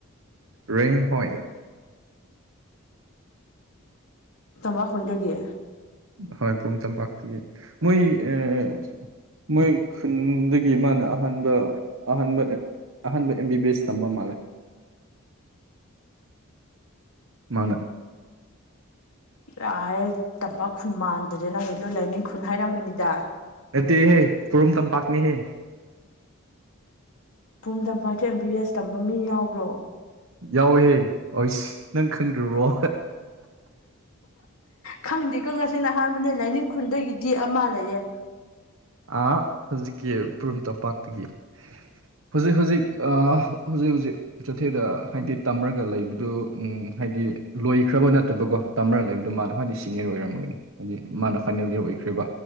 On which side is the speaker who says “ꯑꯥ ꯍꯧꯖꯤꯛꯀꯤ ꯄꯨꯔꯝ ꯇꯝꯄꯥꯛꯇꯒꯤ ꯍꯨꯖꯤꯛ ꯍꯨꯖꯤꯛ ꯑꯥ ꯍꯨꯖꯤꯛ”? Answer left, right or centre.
Right